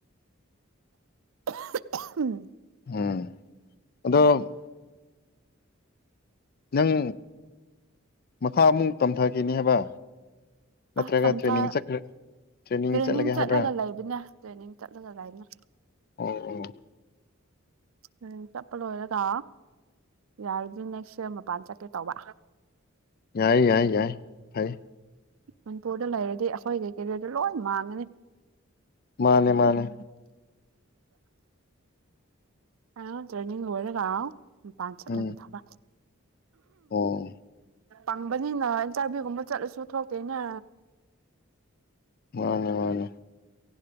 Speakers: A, on the right; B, on the left.
A: ꯑꯍꯨꯞ ꯑꯍꯨꯝ
B: ꯎꯝ ꯑꯗꯣ ꯅꯪ ꯃꯈꯥ ꯑꯃꯨꯛ ꯇꯝꯊꯈꯤꯅꯤ ꯍꯥꯏꯕ ꯅꯠꯇ꯭ꯔꯒ
A: ꯑꯁ ꯆꯝꯊꯥ
B: ꯇ꯭ꯔꯦꯅꯤꯡ ꯆꯠꯈ꯭ꯔ
A: ꯇ꯭ꯔꯦꯅꯤꯡ
B: ꯆꯠꯂꯒꯦ
A: ꯆꯠꯂꯒ
B: ꯍꯥꯏꯕ꯭ꯔꯥ
A: ꯂꯩꯕꯅꯦ ꯇ꯭ꯔꯦꯅꯤꯡ ꯆꯠꯂꯒ ꯂꯩꯕꯅꯦ꯫
B: ꯑꯣ ꯑꯣ
A: ꯇ꯭ꯔꯦꯅꯤꯡ ꯆꯠꯄ ꯂꯣꯏꯔꯒ ꯌꯥꯔꯗꯤ ꯅꯦꯛꯁ ꯏꯌꯔ ꯃꯄꯥꯟ ꯆꯠꯀꯦ ꯇꯧꯕ
B: ꯌꯥꯏ ꯌꯥꯏ ꯌꯥꯏ ꯐꯩ
A: ꯃꯅꯤꯄꯨꯔꯗ ꯂꯩꯔꯗꯤ ꯑꯩꯈꯣꯏ ꯀꯩ ꯀꯩ ꯂꯩꯗꯨ ꯂꯣꯏ ꯃꯥꯡꯉꯅꯤ
B: ꯃꯥꯅꯦ ꯃꯥꯅꯦ
A: ꯐꯥꯏꯅꯦꯜ ꯇ꯭ꯔꯦꯅꯤꯡ ꯂꯣꯏꯔꯒ ꯅꯤꯄꯥꯟ ꯆꯠꯂꯒꯦ
B: ꯎꯝ
A: ꯊꯧꯕ
B: ꯑꯣ
A: ꯄꯥꯡꯕꯅꯤꯅ ꯑꯦꯟꯇꯥꯔꯚꯤꯌꯨꯒꯨꯝꯕ ꯆꯠꯂꯁꯨ ꯊꯣꯛ ꯇꯅ
B: ꯃꯥꯅꯦ ꯃꯥꯅꯦ